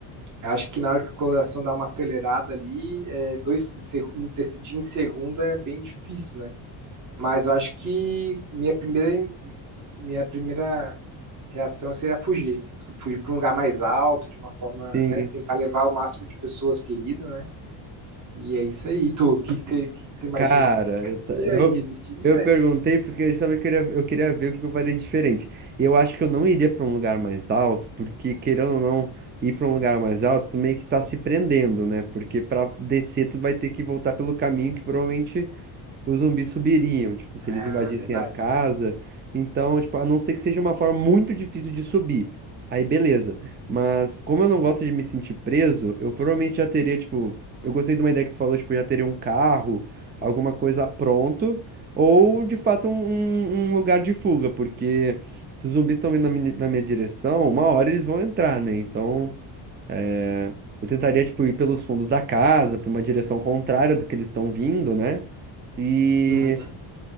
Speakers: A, on the right (about 40°); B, on the right (about 20°).
A: eu acho que na hora que o coração dá uma acelerada ali, é, dois, seg- decidir em segunda é bem difícil, né? Mas eu acho que minha primeira, minha primeira reação seria fugir. Fugir para um lugar mais alto, de uma forma,
B: Sim.
A: né? Tentar levar o máximo de pessoas queridas, né? E é isso aí. E tu, o que que você, o que que você imagina?
B: Cara,
A: Ficaria
B: eu, ta- eu,
A: e resistiria?
B: eu perguntei porque justamente eu queria, eu queria ver o que que eu faria diferente. E Eu acho que eu não iria para um lugar mais alto, porque querendo ou não ir para um lugar mais alto, tu meio que tá se prendendo, né? Porque para descer tu vai ter que voltar pelo caminho que provavelmente os zumbis subiriam, tipo, se
A: Ah,
B: eles invadissem
A: verdade.
B: a casa. Então, tipo, a não ser que seja uma forma muito difícil de subir. Aí, beleza. Mas, como eu não gosto de me sentir preso, eu provavelmente já teria, tipo, eu gostei de uma ideia que tu falou, tipo, já teria um carro, alguma coisa pronto, ou de fato um, um um lugar de fuga, porque se os zumbis estão vindo na minha, na minha direção, uma hora eles vão entrar, né? Então. É, eu tentaria, tipo, ir pelos fundos da casa, para uma direção contrária do que eles estão vindo, né? E,
A: Uhum.